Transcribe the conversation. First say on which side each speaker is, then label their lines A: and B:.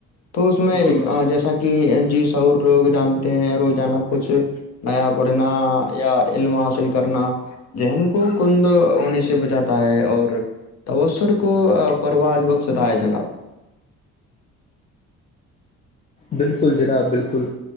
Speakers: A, on the left; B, on the left.
A: تو اس میں
B: جی
A: جیسا کہ جی شور لوگ جانتے ہیں روزانہ کچھ نیا پڑھنا یا علم حاصل کرنا ذہن کو کند ہونے سے بچاتا ہے اور تسر کو پرواج بخشت ہے جناب
B: بالکل جناب بالکل